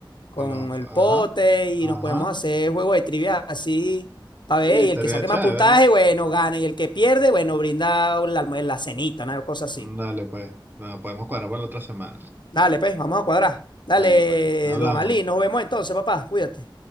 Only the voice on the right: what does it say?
Con los,
ajá,
ajá.
Sí,
sería
chévere.
Dale, pues. Bueno, podemos cuadrar para la otra semana.
Dale, pues. Hablamos.